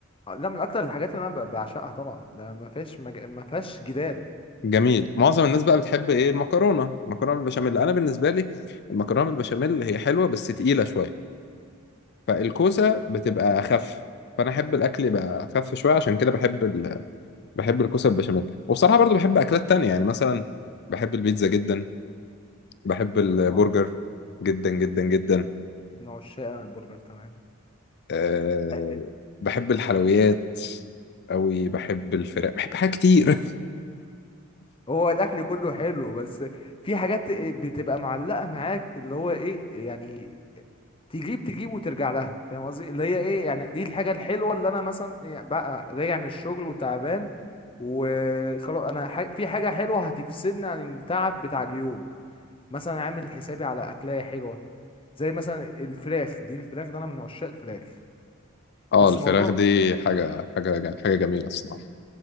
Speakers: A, on the left; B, on the left.
A: آه، لا من أكتر الحاجات اللي أنا ب- بعشقها طبعا ده ما فيهاش مج... ما فيهاش جدال
B: جميل معظم الناس بقى بتحب ايه المكرونه المكرونه بالبشاميل انا بالنسبه لي المكرونه بالبشاميل هي حلوه بس تقيله شويه فالكوسه بتبقى اخف فانا احب الاكل يبقى اخف شويه عشان كده بحب ال... بحب الكوسه بالبشاميل وبصراحه برضو بحب اكلات تانية يعني مثلا بحب البيتزا جدا بحب البرجر
A: آه، طبعا
B: جدا جدا جدا
A: من عشاق البرجر تمام
B: أه...
A: آه،
B: بحب الحلويات قوي بحب الفراخ بحب حاجات كتير
A: هو الاكل كله حلو بس في حاجات بتبقى معلقه معاك اللي هو ايه يعني تجيب تجيب وترجع لها فاهم قصدي اللي هي ايه يعني دي الحاجه الحلوه اللي انا مثلا يعني بقى راجع من الشغل وتعبان وخلاص انا ح... في حاجه حلوه هتفصلني عن التعب بتاع اليوم مثلا عامل حسابي على اكلايه حلوه زي مثلا الفراخ دي الفراخ ده انا من عشاق الفراخ
B: <laughs> اه
A: بس
B: الفراخ
A: موضوع
B: دي حاجه حاجه حاجه جميله الصراحه